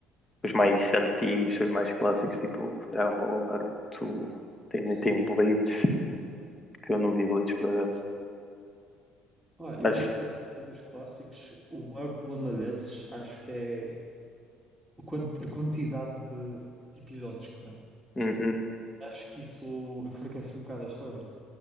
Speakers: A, on the left; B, in the centre.
A: os mais antigos, os mais clássicos, tipo Dragon Ball, Naruto, tem,
B: Sim.
A: tem Bleach, que eu não vi Bleach por acaso.
B: Ah,
A: Mas,
B: eu acho que desses aí dos clássicos, o maior problema desses, acho que é o quant- a quantidade de, de episódios que tem.
A: uhum,
B: Acho que isso enfraquece um bocado a história.